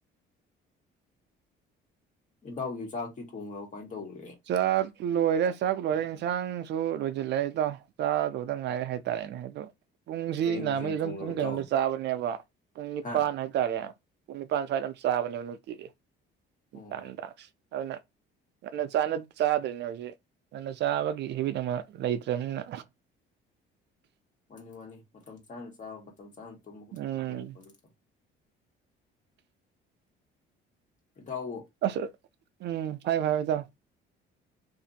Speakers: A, on the left; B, on the right.
A: ꯏꯇꯎꯒꯤ ꯆꯥꯛꯇꯤ ꯊꯣꯡꯈꯣ ꯀꯃꯥꯏꯅ ꯇꯧꯦ
B: ꯆꯥꯛ ꯂꯣꯏꯔꯦ ꯆꯥꯛ ꯂꯣꯏꯔꯦ ꯏꯟꯁꯥꯡꯁꯨ ꯂꯣꯏꯁꯤꯜꯂꯛꯦꯗꯣ ꯆꯥꯗꯨꯗ ꯉꯥꯏꯔꯦ ꯍꯥꯏꯇꯥꯔꯦꯅꯦ ꯍꯥꯏꯗ ꯄꯨꯡꯁꯤ
A: ꯀꯔꯤ
B: ꯅꯍꯥꯟꯋꯥꯩ
A: ꯃꯊꯦꯜ
B: ꯑꯗꯨꯝ
A: ꯊꯣꯡꯈ꯭ꯔꯕ
B: ꯄꯨꯡ
A: ꯏꯇꯥꯎ
B: ꯀꯩꯅꯣꯝꯗ ꯆꯥꯕꯅꯦꯕ ꯄꯨꯡ ꯅꯤꯄꯥꯟ
A: ꯍꯥ
B: ꯍꯥꯏꯇꯥꯔꯦ ꯄꯨꯡ ꯅꯤꯄꯥꯟ ꯁ꯭ꯋꯥꯏꯅ ꯌꯥꯝ ꯆꯥꯕꯅꯦꯕ ꯅꯨꯡꯇꯤꯒꯤ
A: ꯑꯣ
B: ꯇꯥꯟꯗꯥ ꯑꯗꯨꯅꯦ ꯆꯥꯗ꯭ꯔꯤꯅꯦ ꯍꯧꯖꯤꯛ ꯑꯗꯨꯟꯅ ꯆꯥꯕꯒꯤ ꯍꯦꯕꯤꯠ ꯑꯃ ꯂꯩꯇ꯭ꯔꯕꯅꯤꯅ
A: ꯃꯥꯅꯤ ꯋꯥꯅꯤ ꯃꯇꯝ ꯆꯥꯅ ꯆꯥꯕ ꯇꯖꯅ ꯃꯕꯨ ꯇ
B: ꯎꯝ
A: ꯐ ꯄꯔ ꯇꯨꯝꯕꯥ ꯇꯔꯝ <inaudible> ꯏꯇꯥꯎꯕꯨ
B: ꯑꯁ ꯎꯝ ꯍꯥꯏꯌꯨ ꯍꯥꯏ ꯇ